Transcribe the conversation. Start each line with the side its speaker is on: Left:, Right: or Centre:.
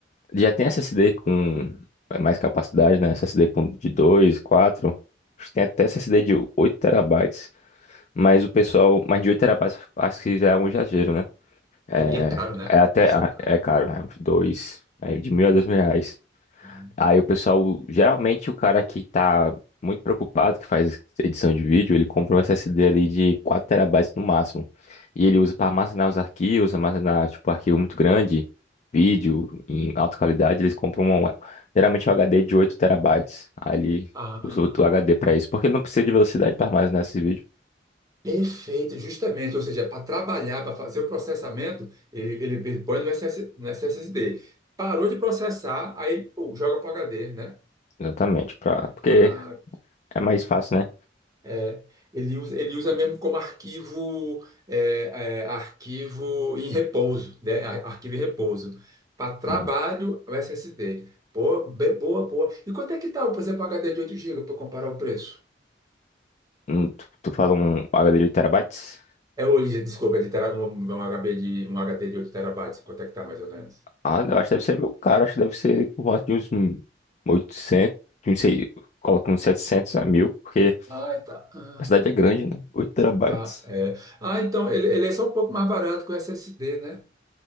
Left: já tem SSD com é mais capacidade, né? SSD com de 2, 4. Acho que Tem até SSD de 8 terabytes. Mas o pessoal, mais de 8 terabytes, acho que já é um exagero, né? É,
Right: É, e é caro, né?
Left: é até,
Right: Deve ser
Left: ah,
Right: caro.
Left: é caro, é uns dois, é de mil a dois mil reais.
Right: Hum.
Left: Aí o pessoal, geralmente o cara que tá muito preocupado, que faz edição de vídeo, ele compra um SSD ali de 4 terabytes no máximo. E ele usa para armazenar os arquivos, armazenar, tipo, arquivo muito grande, vídeo em alta qualidade, eles compram um, geralmente um HD de 8 terabytes. Aí ele
Right: Ah,
Left: usa o HD para isso, porque ele não precisa de velocidade para armazenar esse vídeo.
Right: perfeito, justamente, ou seja, para trabalhar, para fazer o processamento, ele, ele, ele põe no SS, no SSD. Parou de processar, aí, pô, joga para o HD, né?
Left: Exatamente, pra, porque
Right: Ah,
Left: é mais fácil,
Right: É, ele usa, ele usa mesmo como arquivo, é, é, arquivo em repouso, né? Ar- Arquivo em repouso. Para trabalho,
Left: né?
Right: o SSD. Boa, be- boa, boa. E quanto é que tá, por exemplo, um HD de oito GB para comparar o preço?
Left: Hum, tu, tu fala um HD de 8 terabytes?
Right: É hoje, desculpa, de tera, um, um HB de, um HD de 8 terabytes, quanto é que tá mais ou menos?
Left: Ah, eu acho que deve ser meio caro. Acho que deve ser por volta de uns hum, 800, de uns, sei, coloca uns 700 a 1000 porque
Right: Ah, tá. Ah,
Left: a cidade é grande, né? 8 terabytes.
Right: ah, é. Ah, então ele, ele é só um pouco mais barato que o SSD, né?